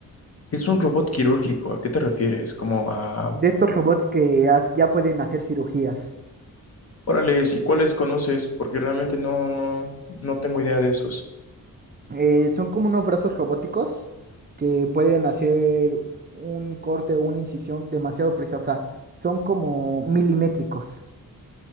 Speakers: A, on the left (about 45°); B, on the right (about 30°).
A: ¿Qué es un robot quirúrgico? ¿A qué te refieres? Como a...
B: De estos robots que as- ya pueden hacer cirugías.
A: Órale, ¿y cuáles conoces? Porque realmente no, no, no tengo idea de esos.
B: Eh, son como unos brazos robóticos que pueden hacer un corte o una incisión demasiado precisa. Son como milimétricos.